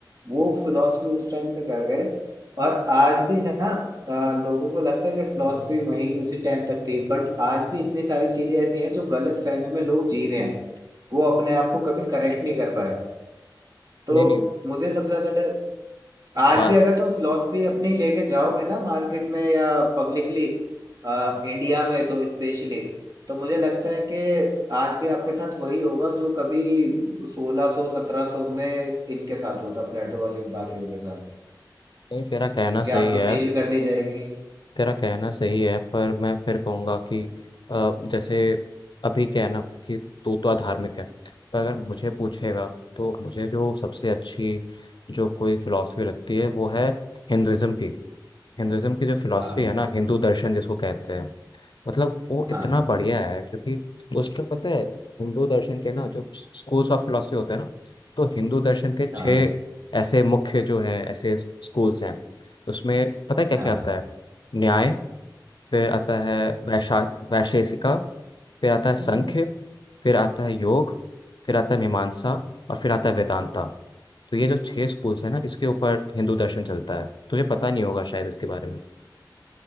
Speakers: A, on the right; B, on the left.
A: वो फिलॉसफी उस टाइम पे कर गए और आज भी ना अ, लोगों को लगता है कि फिलॉसफी वही की उसी टाइम तक थी बट आज भी इतनी सारी चीजें ऐसी हैं जो गलत फहमी में लोग जी रहे हैं वो अपने आप को कभी करेक्ट नहीं कर पाए तो
B: नहीं नहीं
A: मुझे सबसे ज्यादा डर आज
B: बात
A: भी अगर तुम फिलोसफी अपनी लेके जाओगे ना मार्केट में या पब्लिकली इंडिया में तो स्पेशली तो मुझे लगता है कि आज भी आपके साथ वही होगा जो कभी 1600 1700 में इनके साथ हुआ था प्लेटो और इन बाकियों के साथ
B: नहीं तेरा कहना
A: कि
B: सही
A: आपको
B: है
A: जेल कर दी जाएगी
B: तेरा कहना सही है पर मैं फिर कहूँगा कि अ, जैसे अभी क्या है ना कि तू तो अधार्मिक है पर अगर मुझे पूछेगा तो मुझे जो सबसे अच्छी जो कोई फिलॉसफी लगती है वो है हिंदुइज्म की हिंदुइज्म की जो फिलॉसफी
A: हाँ
B: है ना हिंदू दर्शन जिसको कहते हैं मतलब वो
A: हाँ
B: इतना बढ़िया है क्योंकि उसका पता है हिंदू दर्शन के ना जो स्कूल्स ऑफ फिलॉसफी होते हैं ना तो हिंदू दर्शन के
A: हाँ
B: छह ऐसे मुख्य जो है ऐसे स्कूल्स हैं उसमें पता है क्या
A: हाँ
B: क्या आता है न्याय फिर आता है वैशा वैशेषिका फिर आता है संख्य
A: हाँ
B: फिर आता है योग फिर आता है मीमांसा और फिर आता है वेदांता तो ये जो छह स्कूल्स हैं ना इसके ऊपर हिंदू दर्शन चलता है तुझे पता नहीं होगा शायद इसके बारे में